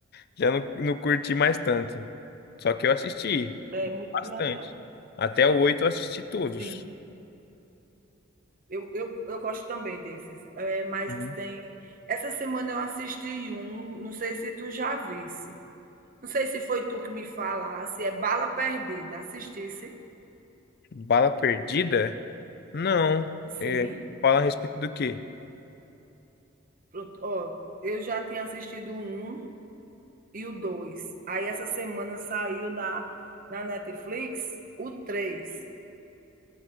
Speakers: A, on the left; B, on the right.
A: já não, não curti mais tanto. Só que eu assisti
B: É muito
A: bastante.
B: viajado.
A: Até o oito eu assisti todos.
B: Sim. Eu, eu, eu gosto também desses. É, mas
A: Uhum.
B: tem. Essa semana eu assisti um, não sei se tu já visse. Não sei se foi tu que me falasse, é Bala Perdida. Assistisse?
A: Bala Perdida? Não.
B: Sim.
A: É, fala a respeito do quê?
B: Pronto. Ó, eu já tinha assistido o um e o dois. Aí essa semana saiu na, na Netflix o três.